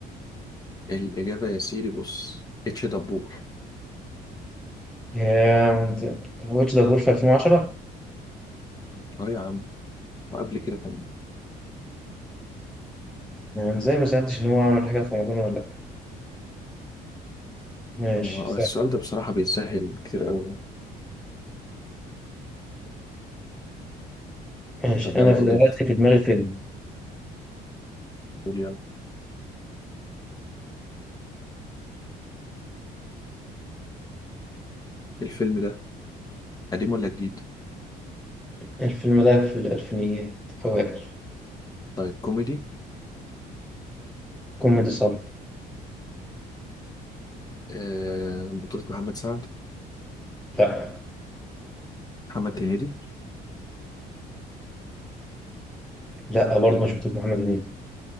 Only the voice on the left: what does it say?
الإجابة يا سيدي بص اتش دبور
اه يا عم وقبل كده كمان
هو السؤال ده بصراحة بيتسهل كتير أوي
طب يلا
قول
أنت
قول يلا الفيلم ده قديم ولا جديد؟
طيب كوميدي
آه بطولة محمد سعد
محمد هنيدي